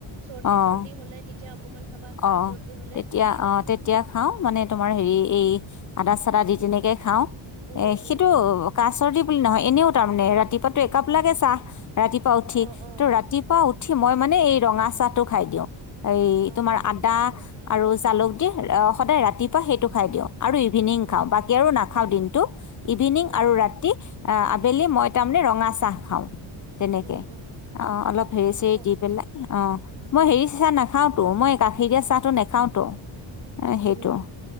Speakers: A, on the right; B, on the left.
A: চৰ্দি
B: অঁ
A: চৰ্দি হলে তেতিয়া অকমান খাবা কাহ
B: অ
A: চৰ্দি হলে
B: তেতিয়া
A: গুচি যায়
B: অ তেতিয়া খাওঁ মানে তোমাৰ হেৰি এই আদা চদা দি তেনেকৈ খাওঁ
A: উম
B: সেইটো
A: উম
B: কা চৰ্দি বুলি নহয় এনেও তাৰমানে ৰাতিপুৱা একাপ লাগে চাহ, ৰাতিপুৱা উঠি
A: অ অ
B: ত' ৰাতিপুৱা উঠ- উঠি মই মানে এই ৰঙা চাহটো খাই দিওঁ এই
A: অ
B: তোমাৰ
A: সেইটোৱে
B: আদা
A: ঠিক আছে
B: আৰু জালুক কি ৰ সদায় ৰাতিপুৱা সেইটো খাই দিওঁ আৰু ইভিনিং
A: উম
B: খাওঁ বাকি আৰু নাখাও দিনটো ইভিনিং
A: উম
B: আৰু ৰাতি আবেলি মই তাৰমানে ৰঙা চাহ খাওঁ তেনেকে
A: উম উম
B: অ অলপ
A: নাই
B: হেৰি
A: ঠিকে
B: চেৰি
A: আছে
B: দি পেলাই অ মই হেৰি চাহ নাখাও তো মই গাখীৰ দিয়া চাহটো নেখাও তো সেইটো
A: উম